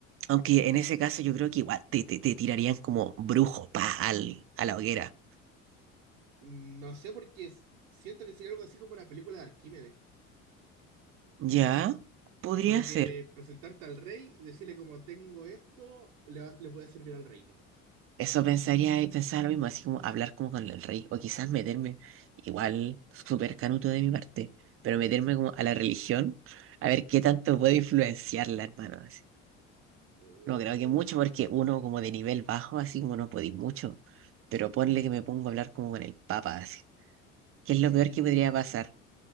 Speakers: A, on the right; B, on the right.
A: Aunque en ese caso yo creo que igual te, te, te tirarían como brujo, pa, al, a la hoguera.
B: No sé por qué es- siento que sería algo así como la película de Arquímedes.
A: Ya, podría
B: Como de
A: ser.
B: que presentarte al rey, decirle como tengo esto, le, va- le puede servir al reino.
A: Eso pensaría, eh, pensaba lo mismo, así como hablar como con el rey, o quizás meterme, igual, súper canuto de mi parte, pero meterme como a la religión, a ver qué tanto puedo influenciarla, hermano. así.
B: O-
A: No creo que mucho, porque uno como de nivel bajo, así como no podéis mucho, pero ponle que me pongo a hablar como con el papa, así. ¿Qué es lo
B: Sí.
A: peor que podría pasar?